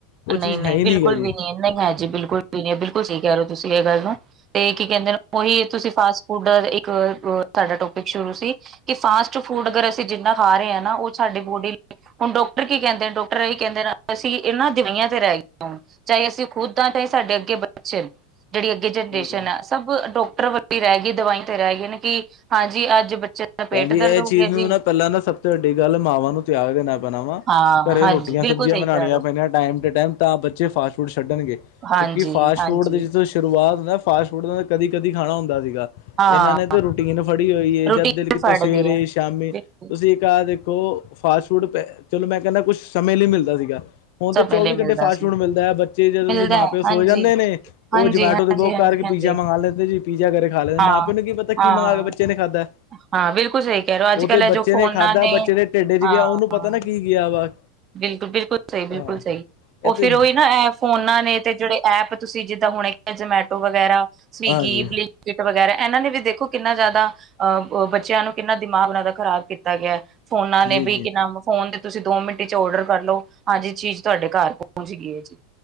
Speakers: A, on the left (about 60°); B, on the right (about 30°).
A: ਉਹ
B: ਨਹੀਂ-ਨਹੀਂ
A: ਚੀਜ਼ ਹੈ ਹੀ
B: ਬਿਲਕੁਲ
A: ਨੀ ਗ ਜੀ
B: ਵੀ ਨਹੀਂ ਨਹੀਂ ਹੈਜੀ ਬਿਲਕੁਲ ਵੀ ਨੀ ਬਿਲਕੁਲ ਸਹੀ ਕਹਿ ਰਹੇ ਤੁਸੀਂ ਇਹ ਗੱਲ ਨੂੰ ਤੇ ਕੀ ਕਹਿੰਦੇ ਉਹੀ ਤੁਸੀਂ ਫਾਸਟ ਉਧਰ ਇੱਕ ਤੁਹਾਡਾ ਟੋਪਿਕ ਸ਼ੁਰੂ ਸੀ। ਕਿ ਫਾਸਟ ਫੂਡ ਅਗਰ ਅਸੀਂ ਜਿੰਨਾ ਖਾ ਰਹੇ ਹਾਂ ਨਾ ਉਹ ਸਾਡੀ ਬੋਡੀ ਲਈ ਹੁਣ ਡਾਕਟਰ ਕੀ ਕਹਿੰਦੇ ਨੇ ਡਾਕਟਰ ਇਹੀ ਕਹਿੰਦੇ ਨੇ ਅਸੀਂ ਇਨਾ ਦਵਾਈਆਂ ਤੇ ਰਹਿ ਗਈਆਂ ਹੋਣ ਚਾਹੇ ਅਸੀਂ ਖੁਦ ਹਾਂ ਚਾਹੇ ਸਾਡੇ ਅੱਗੇ ਬੱਚੇ ਜਿਹੜੀ ਅੱਗੇ ਜਨਰੇਸ਼ਨ
A: ਜੀ
B: ਹੈ। ਸਭ ਡਾਕਟਰ ਵੱਡੇ ਰਹਿ ਗਈ ਦਵਾਈ ਤੇ ਰਹਿ ਗਏ ਕਿ ਹਾਂਜੀ ਅੱਜ ਬੱਚੇ ਦਾ ਪੇਟ
A: ਭੈਣਜੀ
B: ਦਰਦ
A: ਇਹ
B: ਹੋ
A: ਚੀਜ਼
B: ਗਿਆ
A: ਨੂੰ
B: ਜੀ
A: ਨਾ ਪਹਿਲਾਂ ਨਾ ਸਭ ਤੋਂ ਵੱਡੀ ਗੱਲ ਮਾਵਾਂ ਨੂੰ ਤਿਆਗ ਦੇ ਨਾਲ ਬਣਾਵਾ
B: ਹਾਂ
A: ਘਰੇ
B: ਹਾਂਜੀ
A: ਰੋਟੀਆਂ
B: ਬਿਲਕੁਲ
A: ਸਬਜ਼ੀਆਂ
B: ਸਹੀ
A: ਬਣਾਉਣੀਆਂ
B: ਕਹਿ ਰਹੇ ਹੋ
A: ਪੈਣੀਆਂ ਟਾਈਮ ਟੂ ਟਾਈਮ ਤਾਂ ਬੱਚੇ ਫਾਸਟ ਫੂਡ ਛੱਡਣਗੇ। ਕਿਉਂਕਿ
B: ਹਾਂਜੀ-ਹਾਂਜੀ
A: ਫਾਸਟ ਫੂਡ ਤੇ ਜਿਸ ਤਰ੍ਹਾਂ ਸ਼ੁਰੂਆਤ ਨਾ ਫਾਸਟ ਫੂਡ ਕਦੀ ਕਦੀ ਖਾਣਾ ਹੁੰਦਾ ਸੀਗਾ
B: ਹਾਂ
A: ਇਹਨਾਂ ਨੇ ਤਾਂ ਰੂਟੀਨ ਫੜੀ ਹੋਈ ਹੈ ਜਦ
B: ਰੂਟੀਨ
A: ਦਿਲ
B: ਫੜ
A: ਤਾਂ ਸਵੇਰੇ
B: ਲਈ ਹੈ
A: ਸ਼ਾਮੀ
B: ਬਿਲਕੁਲ
A: ਤੁ ਠੀਕ ਆ ਦੇਖੋ ਫਾਸਟ ਫੂਡ ਚਲੋ ਮੈਂ ਕਹਿੰਦਾ ਕੁਛ ਸਮੇਂ ਲਈ ਮਿਲਦਾ ਸੀਗਾ। ਹੁਣ
B: ਸਮੇਂ
A: ਤੇ ਚੌਵੀ
B: ਲਈ
A: ਘੰਟੇ
B: ਮਿਲਦਾ
A: ਫਾਸਟ
B: ਸੀ
A: ਫੂਡ ਮਿਲਦਾ ਹੈ। ਬੱਚੇ ਜਦੋ
B: ਮਿਲਦਾ
A: ਤੁਸੀਂ ਮਾਂ
B: ਹੈ
A: ਪਿਓ ਸੋ
B: ਹਾਂਜੀ
A: ਜਾਂਦੇ ਨੇ ਉਹ
B: ਹਾਂਜੀ
A: ਜਮੈਟੋ
B: ਹਾਂਜੀ
A: ਦੇ ਬਕੁ ਕਰਕੇ
B: ਹਾਂਜੀ
A: ਪੀ
B: ਹਾਂਜੀ
A: ਪੀਜ਼ਾਂ ਮੰਗਵਾ ਲੈਂਦੇ ਜੀ ਪੀਜ਼ਾ ਘਰੇ ਖਾ ਲੈਂਦੇ
B: ਹਾਂ
A: ਮਾਂ ਪਓ ਨੂੰ ਕੀ ਪਤਾ
B: ਹਾਂ
A: ਕੀ ਮੰਗਾ ਕੇ ਬੱਚੇ ਨੇ ਖਾਧਾ।
B: ਹਾਂ ਬਿਲਕੁਲ ਸਹੀ। ਕਹਿ ਰਹੇ ਹੋ ਅੱਜ
A: ਉਹ
B: ਕੱਲ
A: ਤੇ ਬੱਚੇ
B: ਜੋ ਫੋਨਾਂ
A: ਨੇ ਖਾਧਾ। ਬੱਚੇ ਦੇ ਢਿੱਡ ਚ
B: ਹਾਂ
A: ਗਿਆ। ਉਹਨੂੰ ਪਤਾ ਨਾ ਕੀ ਗਿਆ ਵਾ
B: ਬਿਲਕੁਲ ਬਿਲਕੁਲ ਸਹੀ, ਬਿਲਕੁਲ
A: ਹਾਂ
B: ਸਹੀ, ਉਹ
A: ਇਹ ਤੇ
B: ਫੇਰ ਉਹੀ ਨਾ ਇਹ ਫੋਨਾ ਨੇ ਤੇ ਜਿਹੜੇ ਐਪ ਤੁਸੀਂ ਜੀਦਾਂ ਹੁਣੇ ਜਮੈਟੋ ਵਗੈਰਾ ਸਵੀਗੀ
A: ਹਾਂਜੀ
B: ਫਲੀ ਕਿਟ ਵਗੈਰਾ ਐਨਾਂ ਨੇ ਵੀ ਦੇਖੋ ਕੀਨਾ ਜਾਦਾ ਆ ਬੱਚੇਆਂ ਨੂੰ ਕੀਨਾ ਦਿਮਾਗ ਓਨਾਂ ਦਾ ਖ਼ਰਾਬ ਕੀਤਾ ਗੇਆ। ਫੋਨਾ ਨੇ
A: ਜੀ
B: ਵੀ
A: ਜੀ
B: ਕੇ ਨ ਫੋਨ ਤੇ ਤੁਸੀਂ ਦੋ ਮੀ ਚ ਔਡਰ ਕਰਲੋ ਹਾਂਜੀ ਚੀਜ਼ ਧਾਡੇ ਘਰ ਪਹੁੰਚ ਗਈ ਐ ਜੀ।